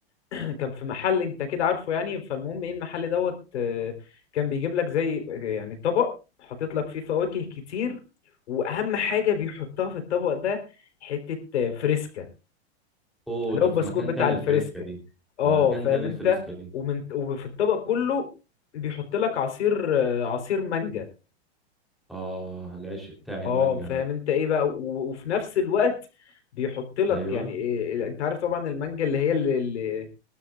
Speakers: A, on the left; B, in the centre.
A: <clears throat> كان في محل انت كده عارفه يعني فالمهم ايه المحل دوت آه، كان بيجيب لك زي آه، يعني طبق حاطط لك فيه فواكه كتير واهم حاجة بيحطها في الطبق ده حتة آه، فريسكا
B: اوه
A: اللي
B: ده
A: هو البسكوت
B: في مكان
A: بتاع
B: تاني
A: الفريسكا
B: الفريسكا دي
A: اه
B: مكان
A: فاهم
B: تاني
A: انت
B: الفريسكا دي
A: ومن وفي الطبق كله بيحط لك عصير آه، عصير مانجا
B: اه العشق بتاعي المانجا
A: اه فاهم
B: انا
A: انت ايه بقى و- وفي نفس الوقت بيحط لك
B: ايوه
A: يعني إيه انت عارف طبعا المانجا اللي هي اللي, اللي